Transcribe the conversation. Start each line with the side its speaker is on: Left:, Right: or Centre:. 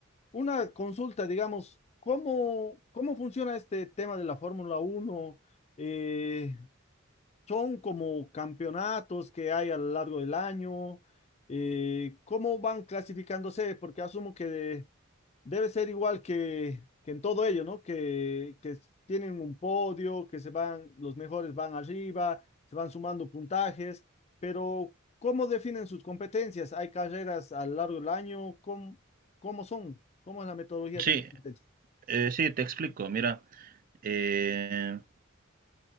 Left: Una consulta, digamos, ¿cómo, cómo funciona este tema de la Fórmula uno Eh, ¿son como campeonatos que hay a lo largo del año? Eh, ¿cómo van clasificándose? Porque asumo que... Debe ser igual que, que en todo ello, ¿no? Que, que s- tienen un podio, que se van, los mejores van arriba, se van sumando puntajes, pero ¿cómo definen sus competencias? ¿Hay carreras a lo largo del año? ¿Cómo, cómo son? ¿Cómo es la metodología
Right: Sí,
Left: de estas competencias?
Right: eh, sí, te explico. Mira, eh,